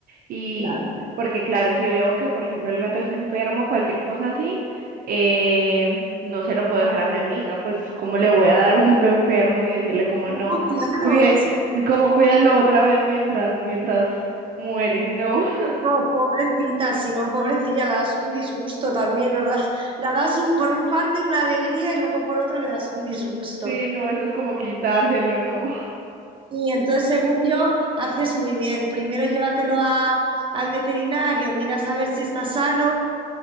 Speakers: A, on the right; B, on the right.
A: Y
B: Claro.
A: porque claro, si veo que por ejemplo el gato está enfermo, cualquier cosa así, eh, no se lo puedo dejar a mi amiga, pues cómo le voy a dar un gato enfermo y decirle como
B: No,
A: no,
B: claro,
A: cuide, como cuídalo otra vez mientras, mientras muere, no. <laughs>
B: No, pobrecita, si no, pobrecilla, le das un disgusto también, ¿no? Le das, la das un- por un parte una alegría y luego por otro le das un disgusto.
A: Sí, no, eso es como quitárselo, no.
B: Y entonces, según yo, haces muy bien. Primero llévatelo a- al veterinario, miras a ver si está sano